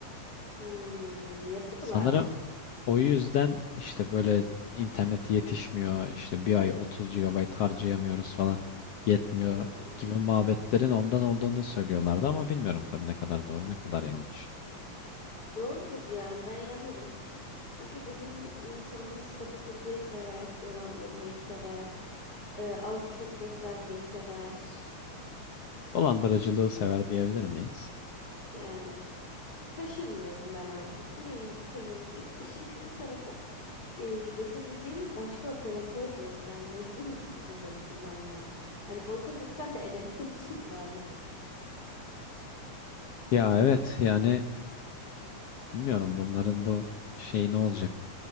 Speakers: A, on the left; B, on the left.
A: Hmm, yapıyorlardır.
B: Sanırım o yüzden işte böyle internet yetişmiyor, işte bir ay 30 gigabayt harcayamıyoruz falan yetmiyor
A: Hı hı.
B: gibi muhabbetlerin ondan olduğunu söylüyorlardı ama bilmiyorum tabii ne kadar doğru ne kadar yanlış.
A: Doğrudur yani ben inanırım. Çünkü bizim insanımız katakulliyi sever, dolandırmayı sever, e, azı çok göstermeyi sever.
B: Dolandırıcılığı sever diyebilir miyiz?
A: Yani Şaşırmıyorum ben artık. İleğimizi kemiğimizi. Bir de işin kötü tarafı e, geçebileceğimiz başka operatör de yok. Yani mecburuz biz bunları kullanmaya. Hani boykot etsen de edemiyorsun <laughs> maalesef.
B: Ya evet yani bilmiyorum bunların bu şey ne olacak?